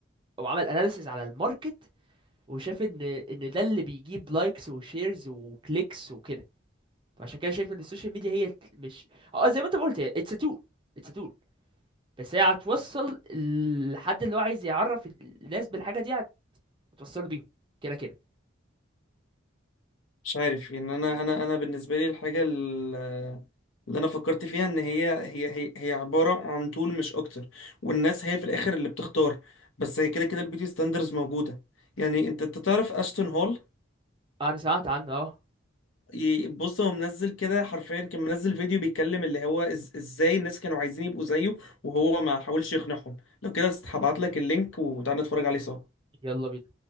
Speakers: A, on the right (about 25°); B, on the left (about 75°).
A: هو عمل اناليسيز على الماركت وشاف ان ان ده اللي بيجيب لايكس وشيرز وكليكس وكده فعشان كده شايف ان السوشيال ميديا هي ت- مش اه زي ما انت ما قلت هي اتس تول اتس تول بس هي هتوصل لحد اللي هو عايز يعرف الناس بالحاجه دي هتوصله بيهم كده كده
B: مش عارف يعني انا انا انا بالنسبه لي الحاجه ال- اللي انا فكرت فيها ان هي هي هي, هي عباره عن طول مش اكتر والناس هي في الاخر اللي بتختار بس هي كده كده البيوتي ستاندرز موجوده يعني انت انت تعرف اشتون هول
A: انا سمعت عنه اه
B: ي- بص هو منزل كده حرفيا كان منزل فيديو بيتكلم اللي هو إز ازاي الناس كانوا عايزين يبقوا زيه وهو ما حاولش يقنعهم لو كده هبعت لك اللينك وتعالى نتفرج عليه سوا
A: يلا بينا